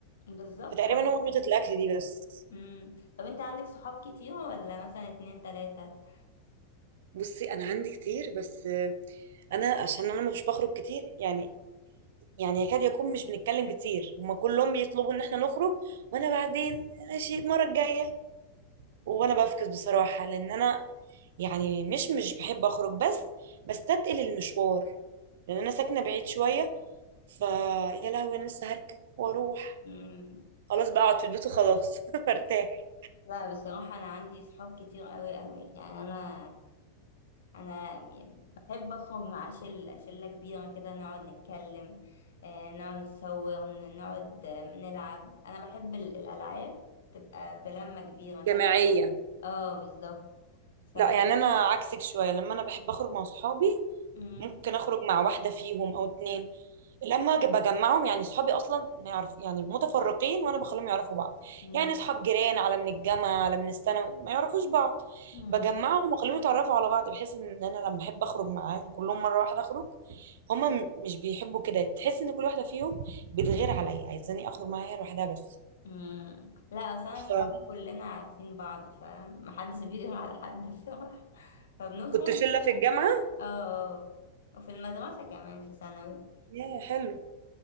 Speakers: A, on the left; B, on the right.
A: <laughs> بالظبط
B: فتقريبا هو نقطه الاكل دي بس
A: مم. طب انت عندك صحاب كتير ولا مثلا اتنين تلاته
B: بصي انا عندي كتير بس انا عشان انا مش بخرج كتير يعني يعني يكاد يكون مش بنتكلم كتير هما كلهم بيطلبوا ان احنا نخرج وانا بعدين ماشي المره الجايه وانا بفكس بصراحة لان انا يعني مش مش بحب اخرج بس بستثقل المشوار لان انا ساكنة بعيد شوية ف يا لهوي انا لسه هركب واروح
A: مم.
B: خلاص بقى اقعد في البيت وخلاص <laughs> برتاح
A: لا بصراحة أنا عندي صحاب كتير قوي قوي يعني أنا أنا بحب أخرج مع شلة شلة كبيرة كده نقعد نتكلم آه، نقعد نصور ن- نقعد آه، نلعب أنا بحب ال- الألعاب تبقى بلمة كبيرة
B: جماعية
A: كده اه بالظبط ف
B: لا يعني انا عكسك شوية لما انا بحب اخرج مع صحابي
A: مم.
B: ممكن اخرج مع واحده فيهم او اتنين لما أجي بجمعهم يعني صحابي اصلا ما يعرف يعني متفرقين وانا بخليهم يعرفوا بعض
A: مم.
B: يعني اصحاب جيران على من الجامعه على من الثانوي ما يعرفوش بعض
A: مم.
B: بجمعهم واخليهم يتعرفوا على بعض بحيث ان انا لما احب اخرج معاهم كلهم مره واحده اخرج هما م- مش بيحبوا كده تحس ان كل واحده فيهم بتغير عليا عايزاني اخرج معاها هي لوحدها بس
A: مم. لا أصل أنا
B: فكنت
A: صحابي كلنا عارفين بعض فمحدش بيغير على حد بصراحة <laughs> فبنخرج
B: شله في الجامعه
A: اه وفي المدرسة كمان في ثانوي
B: يا حلو